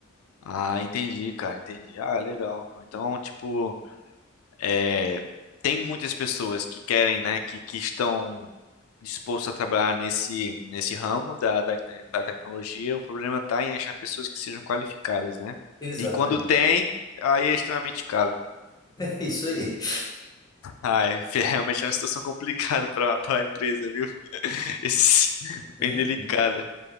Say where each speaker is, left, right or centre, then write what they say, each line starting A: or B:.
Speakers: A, on the left (about 85°); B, on the left (about 20°).
A: Ah, entendi, cara, entendi. Ah, legal. Então, tipo. É, tem muitas pessoas que querem, né, que, que estão dispostos a trabalhar nesse, nesse ramo da, da, da tecnologia. O problema está em achar pessoas que sejam qualificadas, né?
B: Exatamente.
A: E quando tem,
B: <laughs>
A: aí é extremamente caro.
B: É isso aí.
A: Ah, é, <laughs> realmente é uma situação complicada para a empresa, viu? <laughs> Esse-
B: Hum?
A: bem delicada.